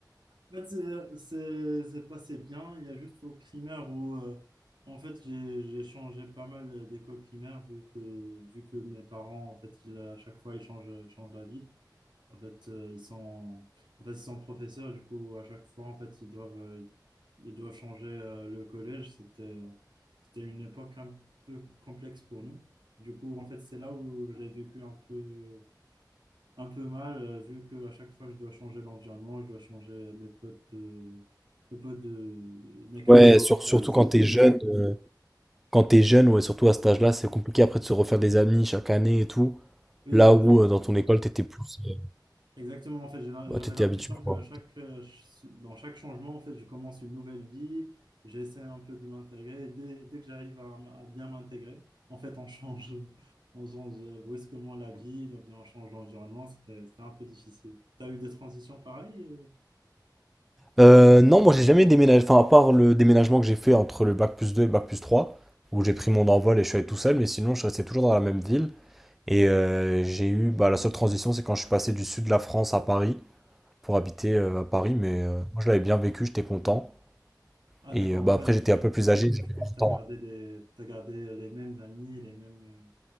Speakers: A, on the right; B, in the centre.
A: En fait, c'est c'est- c'est passé bien. Il y a juste au primaire où, euh, en fait, j'ai j'ai changé pas mal d'école primaire vu que, vu que mes parents, en fait, ils, à chaque fois, ils changent, ils changent la ville. En fait, euh, ils sont, en fait, ils sont professeurs. Du coup, à chaque fois, en fait, ils doivent, euh, ils doivent changer, euh, le collège. C'était, euh, c'était une époque un peu complexe pour nous. Du coup, en fait, c'est là où je l'ai vécu un peu, un peu mal, euh, vu que à chaque fois, je dois changer l'environnement, je dois changer mes potes de, mes potes de, mes camarades
B: Ouais, sur-
A: de classe.
B: surtout quand t'es jeune, euh, quand t'es jeune, ouais, surtout à cet âge-là, c'est compliqué après de se refaire des amis chaque année et tout.
A: Oui,
B: Là
A: euh,
B: où
A: exact,
B: euh, dans ton école, t'étais plus, euh,
A: exactement. En fait, j'ai la-
B: bah,
A: j'avais
B: t'étais
A: l'impression
B: habitué,
A: que
B: quoi.
A: à chaque, euh, ch- dans chaque changement, en fait, je commence une nouvelle vie. J'essaie un peu de m'intégrer. Et Dès, dès que j'arrive à, m- à bien m'intégrer, en fait, on change, <laughs> on change euh, brusquement la vie, on vient- on change l'environnement. C'était, c'était un peu difficile. T'as eu des transitions pareilles? euh
B: Euh, non, moi j'ai jamais déménagé, enfin à part le déménagement que j'ai fait entre le bac plus 2 et le bac plus 3, où j'ai pris mon envol et je suis allé tout seul, mais sinon je restais toujours dans la même ville. Et euh, j'ai eu, bah, la seule transition, c'est quand je suis passé du sud de la France à Paris pour habiter euh, à Paris, mais euh, moi je l'avais bien vécu, j'étais content.
A: Ah
B: Et
A: d'accord,
B: euh, bah,
A: en fait,
B: après
A: je,
B: j'étais
A: du
B: un peu plus
A: coup,
B: âgé,
A: je,
B: j'avais
A: je pense que tu
B: 20
A: as gardé
B: ans.
A: des, t'as gardé les mêmes amis, les mêmes, euh,